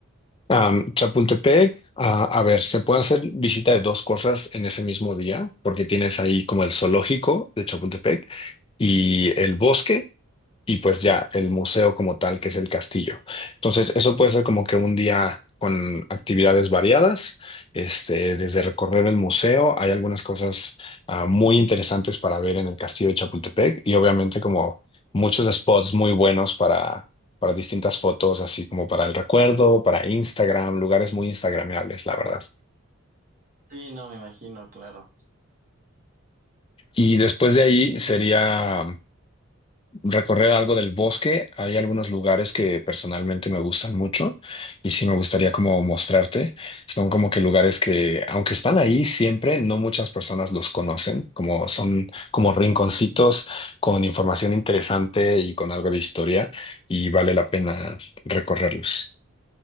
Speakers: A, on the left; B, on the right.
A: Am, Chapultepec, ah, a ver, se puede hacer visita de dos cosas en ese mismo día, porque tienes ahí como el zoológico de Chapultepec y el bosque, y pues ya el museo como tal, que es el castillo. Entonces, eso puede ser como que un día con actividades variadas, este, desde recorrer el museo, hay algunas cosas ah, muy interesantes para ver en el castillo de Chapultepec y obviamente como muchos spots muy buenos para, para distintas fotos, así como para el recuerdo, para Instagram, lugares muy instagramables, la verdad.
B: Sí, no, me imagino, claro.
A: Y después de ahí sería recorrer algo del bosque. Hay algunos lugares que personalmente me gustan mucho y sí me gustaría como mostrarte. Son como que lugares que, aunque están ahí siempre, no muchas personas los conocen, como son como rinconcitos con información interesante y con algo de historia y vale la pena recorrerlos.